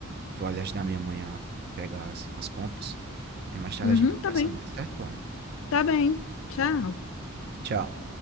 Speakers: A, on the right; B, on the left.
A: vou ali ajudar minha mãe a pegar as, as compras. Aí mais tarde
B: uhum,
A: a gente conversa
B: tá bem,
A: mais, certo, Clara?
B: tá bem, tchau.
A: Tchau.